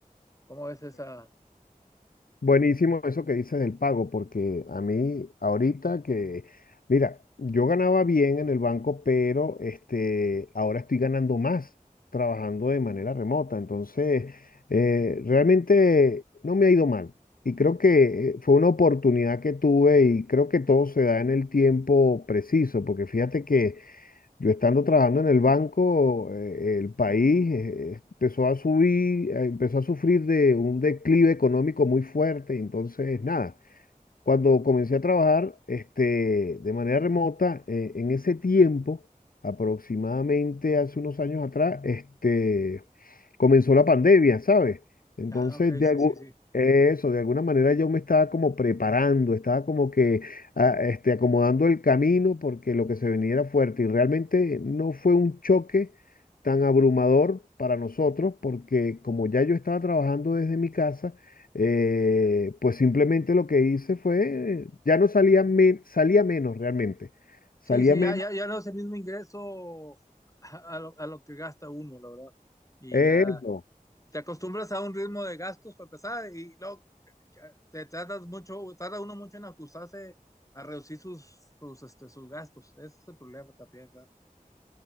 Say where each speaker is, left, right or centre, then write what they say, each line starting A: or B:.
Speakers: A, on the left; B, on the left.
A: ¿Cómo ves esa?
B: Buenísimo eso que dices del pago, porque a mí ahorita que, mira, yo ganaba bien en el banco, pero este, ahora estoy ganando más trabajando de manera remota. Entonces, eh, realmente no me ha ido mal. Y creo que eh, fue una oportunidad que tuve y creo que todo se da en el tiempo preciso, porque fíjate que yo estando trabajando en el banco, eh, el país eh, empezó a subir, eh, empezó a sufrir de un declive económico muy fuerte, y entonces nada, cuando comencé a trabajar este, de manera remota, eh, en ese tiempo, aproximadamente hace unos años atrás, este, comenzó la pandemia, ¿sabes? Entonces,
A: Ah, ok,
B: de
A: sí,
B: algu-
A: sí, sí.
B: eso, de alguna manera yo me estaba como preparando, estaba como que ah, este, acomodando el camino porque lo que se venía era fuerte y realmente no fue un choque tan abrumador para nosotros porque como ya yo estaba trabajando desde mi casa, eh, pues simplemente lo que hice fue, ya no salía, me salía menos realmente, salía
A: Sí, sí,
B: menos,
A: ya, ya, ya no es el mismo ingreso a, a lo, a lo que gasta uno, la verdad. Y
B: eso,
A: ya te acostumbras a un ritmo de gastos para empezar y luego eh, te tratas mucho, tarda uno mucho en ajustarse a reducir sus, sus, este, sus gastos. Ese es el problema también, ¿verdad?